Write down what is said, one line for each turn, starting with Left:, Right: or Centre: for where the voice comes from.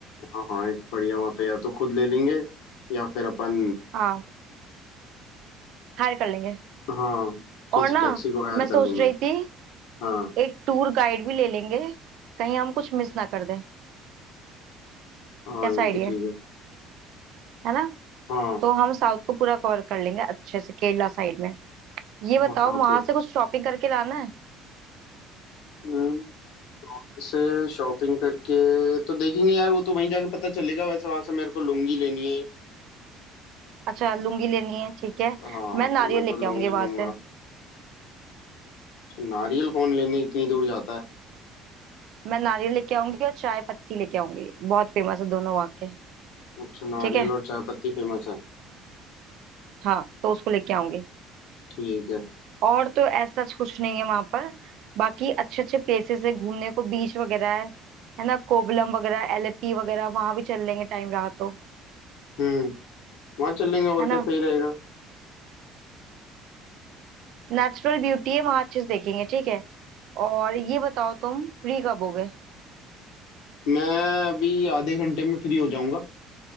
Left: हाँ हाँ एक बढ़िया वहाँ पे या तो खुद ले लेंगे या फिर अपन
Right: हाँ हायर कर लेंगे
Left: हाँ किसी
Right: और ना
Left: टैक्सी को हायर
Right: मैं सोच
Left: कर लेंगे
Right: रही थी
Left: हाँ
Right: एक टूर गाइड भी ले लेंगे कहीं हम कुछ मिस ना कर दें
Left: हाँ
Right: कैसा
Left: ये
Right: आइडिया
Left: भी ठीक
Right: है
Left: है
Right: है ना
Left: हाँ
Right: तो हम साउथ को पूरा कवर कर लेंगे अच्छे से केरला साइड में ये बताओ
Left: हाँ साउथ
Right: वहां
Left: लोग
Right: से कुछ शॉपिंग करके लाना है
Left: हम्म, वहाँ से शॉपिंग करके तो देखेंगे यार वो तो वहीं जाके पता चलेगा वैसे वहां से मेरे को लुंगी लेनी है
Right: अच्छा लुंगी लेनी है ठीक है
Left: हाँ
Right: मैं नारियल
Left: तो मैं
Right: लेके
Left: तो लुंगी
Right: आऊंगी
Left: लूंगा
Right: वहां से
Left: अच्छा नारियल कौन लेने इतनी दूर जाता है
Right: मैं नारियल लेके आऊंगी और चाय पत्ती लेके आऊंगी बहुत फेमस है दोनों वहां के
Left: अच्छा नारियल
Right: ठीक है
Left: और चाय पत्ती फेमस है
Right: हाँ तो उसको लेके आऊंगी
Left: ठीक है
Right: और तो ऐसा कुछ नहीं है वहां पर बाकी अच्छे अच्छे प्लेसेस है घूमने को बीच वगैरह है है ना कोवलम वगैरह एलेपी वगैरह वहां भी चल लेंगे टाइम रहा तो
Left: हम्म वहाँ चल लेंगे और
Right: है ना
Left: क्या सही रहेगा
Right: नेचुरल ब्यूटी है वहां अच्छे से देखेंगे ठीक है और ये बताओ तुम फ्री कब होगे
Left: मैं अभी आधे घंटे में फ्री हो जाऊंगा